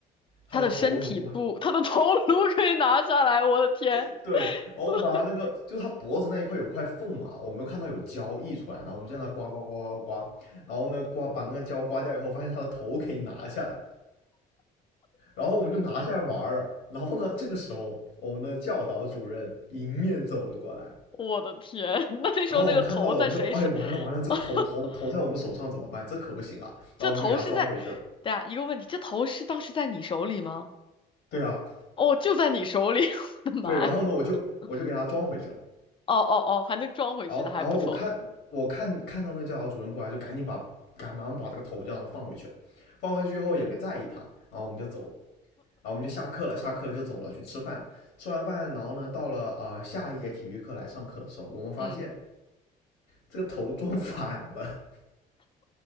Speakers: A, on the left; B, on the left.
A: 它的头颅，
B: 他的身体不，他的头颅可以拿下来，我的天，
A: <laughs> 对，然后我们把它那个就是它脖子那一块有块缝嘛，
B: <laughs>
A: 我们看到有胶溢出来，然后我们就让它刮刮刮刮刮，然后呢刮把那个胶刮掉以后，发现它的头可以拿下来，然后我们就拿下来玩然后呢，这个时候我们的教导主任迎面走了过来，
B: 我的天，<laughs> 那那时候那个头在谁手？
A: 然后我们看到了，我们就哎呀完了完了，这个头头头在我们手上怎么办？
B: <laughs>
A: 这可不行啊！
B: 这头是在，
A: 然后我们就给他装回去了。
B: 对啊，一个问题，这头是当时在你手里吗？
A: 对啊，
B: 哦，就在你手里，<laughs> 我的妈呀！
A: 对，然后呢，我就我就给他装回去了。
B: 哦哦哦，还能装回去，
A: 然后然后我看我看看到那教导主任过来，
B: 那还不错。
A: 就赶紧把赶忙把这个头这样放回去了。放回去以后也没在意他，然后我们就走了。然后我们就下课了，下课了就走了去吃饭。吃完饭，然后呢，到了呃下一节体育课来上课的时候，我们发现
B: 嗯，
A: 这个头装反了，